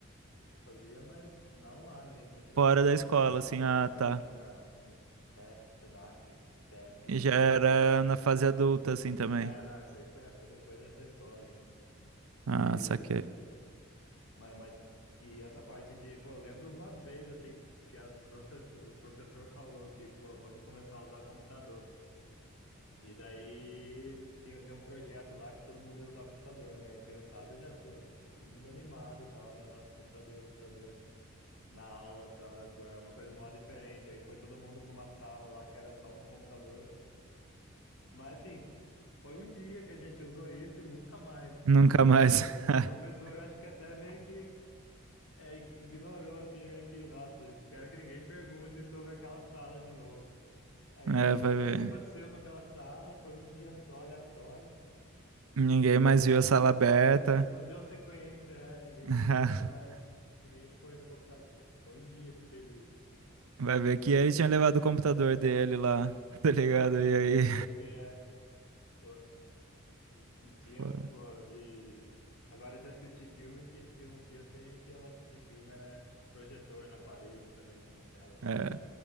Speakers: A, on the left; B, on the right.
A: Eu fazia, mas não lá, né? Em outra.
B: Fora da escola, assim, ah,
A: É,
B: tá.
A: na, no Te- Senac, Sesc.
B: E já era na fase adulta, assim, também.
A: É, não, isso aí foi, foi depois da, da escola ainda.
B: Ah,
A: E,
B: saquei.
A: mas, mas, e essa parte de, pô, eu lembro uma vez, assim, que, que as professor, o professor falou que, pô, vamos começar a usar computador. E daí tinha, tem um projeto lá que todo mundo ia usar computador, né? A criançada já, pô, todo mundo animado e tal, né? Nossa, computador, computador. na aula e tal, é, pô, era uma coisa mó diferente. Aí foi todo mundo para uma sala lá que era só uns computador. Mas assim, foi um dia que a gente usou isso e nunca mais.
B: Nunca
A: <laughs> Ninguém.
B: mais.
A: O
B: <laughs>
A: professor eu acho que até meio que é, ig- ignorou, assim, meio que, nossa, espero que ninguém pergunte sobre aquela sala de novo. Aí
B: É,
A: eu não,
B: vai
A: não sei
B: ver.
A: o que aconteceu com aquela sala, foi um dia só aleatório
B: Ninguém
A: e
B: mais
A: não,
B: viu a
A: não,
B: sala aberta.
A: não deu sequência, é, ninguém,
B: <laughs>
A: nunca mais, ninguém foi no computador. Foi um dia que teve isso.
B: Vai ver que
A: Ah,
B: ele tinha levado o computador dele lá, <laughs> tá ligado? E aí,
A: Vai saber, é. E, e tinha,
B: <laughs> pô,
A: pô, e agora de assistir filme, tinha, tinha uns dias que a gente ia lá assistir filme, era projetor na parede também, com uma tela e
B: é,
A: tal.